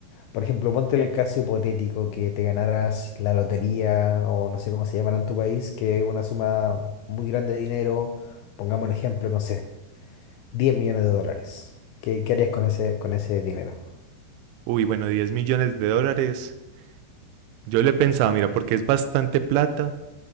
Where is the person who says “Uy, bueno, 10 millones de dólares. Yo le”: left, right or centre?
Right